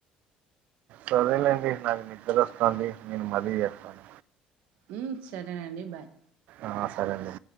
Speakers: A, on the right; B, on the right.
A: సరేలేండి నాకు నిద్రొస్తాంది నేను మళ్ళీ చేస్తాను
B: ఉమ్మ్మ్ సరేనండి బాయ్
A: ఆ సరండి